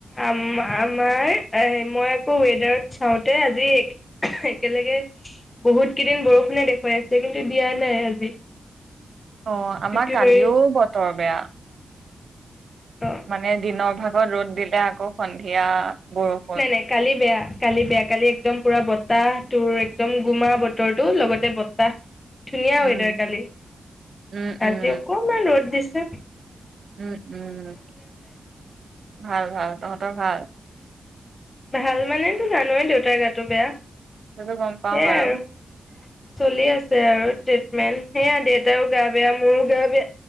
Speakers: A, on the left (about 25°); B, on the right (about 55°).
A: আ আমাৰ মই আকৌ ৱেডাৰত চাওঁতে আজি একেলগে বহুত কেইদিন বৰষুণে দেখুৱাই আছে কিন্তু দিয়া নাই আজি
B: অ আমাৰ
A: একেবাৰে
B: কালিও বতৰ বেয়া
A: অ
B: মানে দিনক ভাগত ৰ'দ দিলে আকৌ সন্ধিয়া বৰষুণ
A: নাই নাই কালি বেয়া কালি বেয়া কালি একদম পুৰা বতাহ তোৰ একদম গুমা বতৰটো লগতে বতাহ ধুনীয়া ওয়েডাৰ
B: উম,
A: কালি
B: উম, উম,
A: আজি অকমান ৰ'দ দিছে হ
B: উম উম ভাল ভাল তহঁতৰ ভাল
A: ভাল মানেতো জানোৱেই দেউতাৰ গাতটো বেয়া
B: সেইতো গম পাও
A: সেয়াই
B: বাৰু
A: আৰু চলি আছে আৰু ট্ৰিটমেণ্ট সেয়া দেউতাৰো গা বেয়া মোৰো গা বেয়া